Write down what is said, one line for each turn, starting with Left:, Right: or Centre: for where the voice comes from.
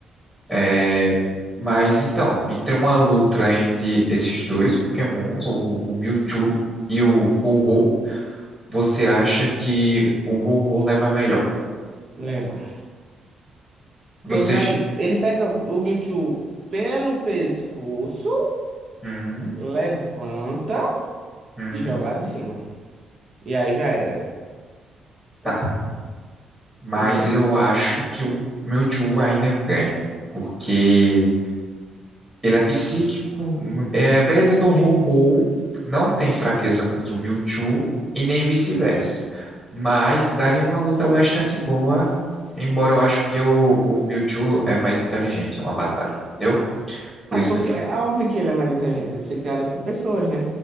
Centre: É, mas então, entre uma luta entre esses dois Pokémons, o, o Mewtwo e o Ho-Oh, você acha que o Ho-Oh leva melhor?
Right: leva.
Centre: Você.
Right: Ele vai,
Centre: j-
Right: ele pega o Mewtwo pelo pescoço,
Centre: Hum,
Right: levanta
Centre: hum,
Right: e joga lá de cima. E aí já era,
Centre: tá. Mas
Right: entendeu?
Centre: eu acho que o Mewtwo ainda ganha. Porque Ele é psíquico, hum, é, beleza que o Ho-Ho não tem fraqueza contra o Mewtwo e nem vice-versa, mas daria uma luta bastante boa, embora eu acho que o, o Mewtwo é mais inteligente em uma batalha, entendeu? Por
Right: Não,
Centre: isso
Right: porque
Centre: que eu, fi-
Right: é óbvio que ele é mais inteligente, ele foi criado por pessoas, né?